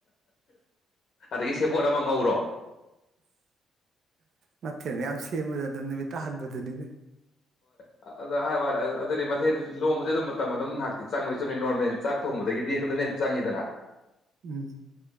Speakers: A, on the left; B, on the right.
A: ꯑꯗꯒꯤ ꯁꯦꯄꯣꯠ ꯑꯃ ꯉꯧꯔꯣ
B: ꯃꯦꯁꯤ ꯊꯦꯃꯗ ꯅꯃꯤ ꯇꯍꯥꯟꯕꯕꯗꯨꯅꯤꯅ
A: ꯑ ꯍꯥꯏ ꯋꯥꯦ ꯑꯗꯨꯗꯤ ꯃꯊꯦꯜ ꯂꯣꯡꯕꯁꯦ ꯑꯗꯨꯝ ꯃꯇꯝ ꯑꯗꯨꯝ ꯉꯥꯏꯍꯇꯤ ꯆꯪꯉꯣꯏ ꯆꯨꯝꯕꯅꯤ ꯅꯣꯔꯃꯦꯜ ꯆꯥꯛ ꯊꯣꯡꯕꯗꯒꯤꯗꯤ ꯑꯗꯨꯅ ꯆꯪꯉꯤꯗꯅ
B: ꯎꯝ